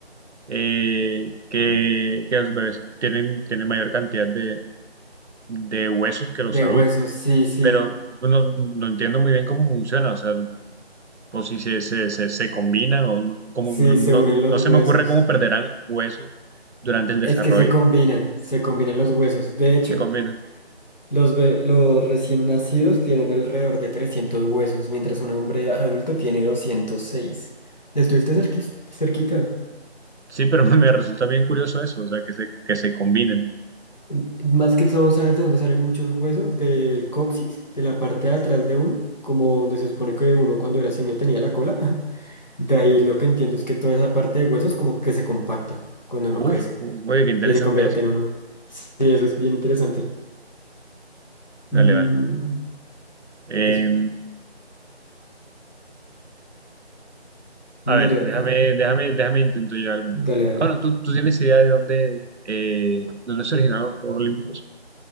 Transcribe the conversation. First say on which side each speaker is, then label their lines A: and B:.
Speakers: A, on the right; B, on the left.
A: eh, que, que los bebés tienen, tienen mayor cantidad de, de huesos que los
B: De
A: adultos,
B: huesos, sí, sí.
A: pero no, no entiendo muy bien cómo funciona, o sea, por si se, se, se, se combinan o no, cómo-
B: Sí,
A: no, no,
B: se unen
A: no
B: los
A: se
B: huesos.
A: me ocurre cómo perderán huesos durante el desarrollo,
B: Es que se combinan, se combinan los huesos. De hecho,
A: se combinan.
B: los, be- los recién nacidos tienen alrededor de 300 huesos, mientras un hombre adulto tiene 206. ¿Estuviste cerquis- cerquita?
A: Sí, pero <laughs> me resulta bien curioso eso, o sea, que se, que se combinen.
B: M- Más que todo, ¿sabes de dónde salen muchos huesos? Del coxis, de la parte de atrás de uno, como donde se supone que uno cuando era simio tenía la cola. <laughs> De ahí lo que entiendo es que toda esa parte de huesos como que se compacta cuando uno
A: Uf,
B: crece
A: oye, qué interesante
B: y se convierte
A: eso.
B: en uno. Sí, eso es bien interesante.
A: vale
B: Mm,
A: vale. Eh,
B: es,
A: a
B: mira,
A: ver, déjame,
B: ah,
A: déjame, déjame intento yo alguna.
B: dale, dale.
A: Ah, Bueno, ¿tú, tú tienes idea de dónde, eh, dónde se originaron los Juegos Olímpicos?